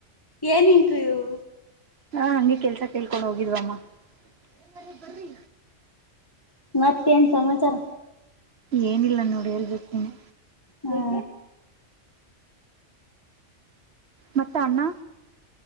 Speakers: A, on the left; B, on the right.
A: ಏನ್ ಇಂಟ್ರ್ವೀವ್
B: ಹಾ ಹಂಗೆ ಕೆಲ್ಸ ಕೇಳ್ಕೊಂಡ್ ಹೋಗಿಧ್ವಮ್ಮಾ. ಎಲ್ಲ ಬರ್ರಿ
A: ಮತ್ತೇನ್ ಸಮಾಚಾರ
B: ಏನಿಲ್ಲ ನ ನೋಡ್ ಹೇಳ್ಬೇಕ್ ನೀನು
A: ಹಾ
B: ಮತ್ತ ಅಣ್ಣಾ.